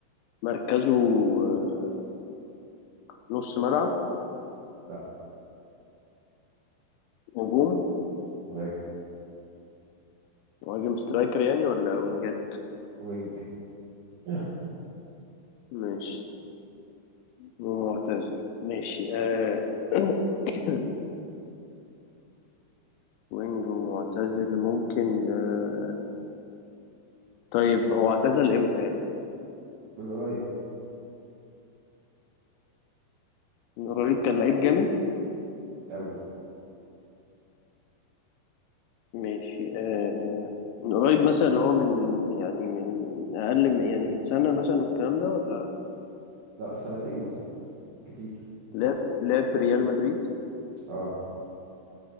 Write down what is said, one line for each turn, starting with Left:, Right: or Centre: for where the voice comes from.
Left: مركزه آه، نص ملعب
Right: لا
Left: هجوم
Right: مهاجم
Left: مهاجم سترايكر يعني ولا وينجات
Right: وينج <coughs>
Left: ماشي ومعتزل ماشي آه <clears throat> وينج ومعتزل ممكن آه، طيب هو اعتزل امتى يعني
Right: <clears throat> من قريب
Left: من قريب كان لعيب جامد
Right: قوي
Left: ماشي آه، آه، من قريب مثلا اللي هو من يعني من من اقل من يعني من سنة مثلا والكلام ده ولا
Right: لا سنتين مثلا كتير
Left: لعب لعب في ريال مدريد
Right: اه